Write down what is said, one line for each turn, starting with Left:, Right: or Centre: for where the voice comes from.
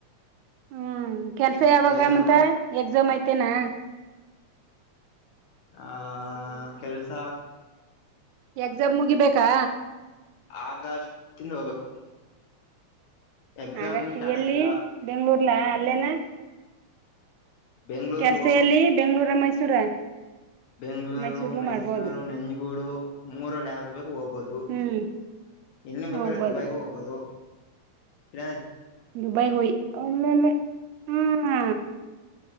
Right: ಹ್ಮ್ ಕೆಲ್ಸ ಯಾವಾಗ
Left: ಏನು
Right: ಮಂತ ಎಕ್ಸಾಮ್ ಐ್ತ ತ್ತೇನಾ
Left: ಆ ಕೆಲ್ಸ
Right: ಎಕ್ಸಾಮ್ ಮುಗಿಬೇಕಾ
Left: ಆಗಷ್ಟಿಂದ ಹೋಗ್ಬೇಕು ಎಕ್ಸಾಮ್
Right: ಹಾಗಷ್ಟು
Left: ಇನ್ನು ಸ್ಟಾರ್ಟ್
Right: ಎಲ್ಲಿ
Left: ಆಗಿಲ್ಲ
Right: ಬೆಂಗ್ಳೂರ್ಲ ಅಲ್ಲೇನ
Left: ಬೆಂಗ್ಳೂರ್ಗೂ
Right: ಕೆಲ್ಸೆಯಲ್ಲಿ ಬೆಂಗ್ಳೂರ ಮೈಸೂರ
Left: ಬೆಂಗ್ಗಳೂರು
Right: ಮೈಸೂರ್ಲು
Left: ಮೈಸೂರು
Right: ಮಾಡ್ಬೋದು
Left: ನೆಂಜಗೂಡು ಮೂರಲ್ಲಿ ಯಾವ್ದ ಬೇಕು ಹ ೋಗಬ
Right: ಹ್ಮ್
Left: ಇನ್ನು ಬೇಕಾದ್ರೆ
Right: ಹೋಗ್ಬೋದು
Left: ದುಬೈಗೂ ಹೋಗ್ಬಹುದು ಇ
Right: ದುಬೈ ಹಯಿಲ್ಲ ಹಾ